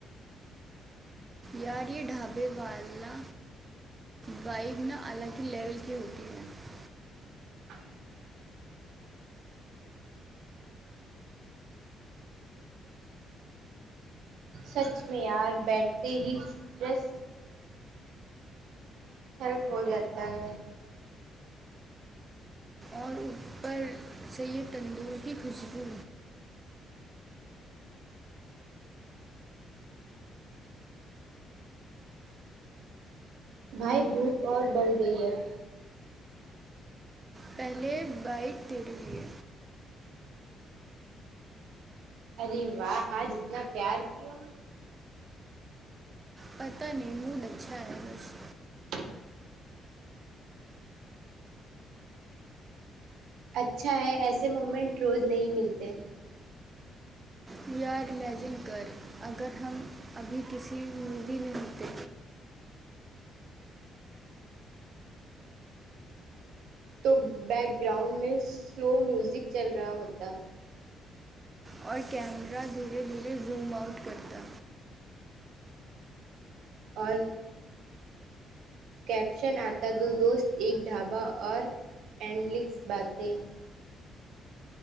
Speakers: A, on the right; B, on the right.
A: یار یہ ڈھابے والا بائیک نہ الگ کی لیول کی ہوتی ہے
B: <inaudible> سچ میں یار بیٹھتے ہیرس ہیلپ ہو جاتا ہے
A: اور اوپر سید تندور کی خوشبو
B: بھائی بھوک اور بڑھ گئی ہےب
A: پہلے بائک تیرے لیے
B: ارے واہ آج اتنا پیار کیوں
A: پتہ نہی موڈ اچھا ہے بس
B: <inaudible> اچھا ہے ایسے مومنٹ روز نہیں ملتے
A: ویو آر ایمیجن کر اگر ہم ابھی کسی مووی میں متے
B: تو بیک گراؤنڈ میں سلو میوزک چل رہا ہوتا
A: اور کیمرہ دھیرے دھیرے زوم آؤٹ کرتا
B: اور کیپشن آتا دو دوست ایک ڈھابا اور اینلکس باتے